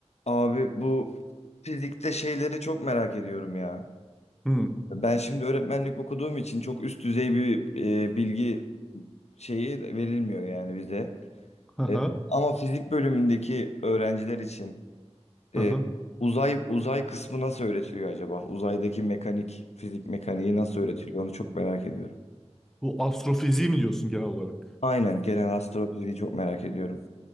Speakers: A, on the left; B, in the centre.
A: Abi bu fizikte şeyleri çok merak ediyorum ya.
B: Hı,
A: Ben şimdi öğretmenlik okuduğum için çok üst düzey bir e, bilgi şeyi verilmiyor yani bize.
B: hı hı,
A: E, ama fizik bölümündeki öğrenciler için e,
B: hı hı.
A: uzay uzay kısmı nasıl öğretiliyor acaba? Uzaydaki mekanik, fizik mekaniği nasıl öğretiliyor? Onu çok merak ediyorum.
B: Bu astrofiziği mi diyorsun genel olarak?
A: Aynen genel astrofiziği çok merak ediyorum.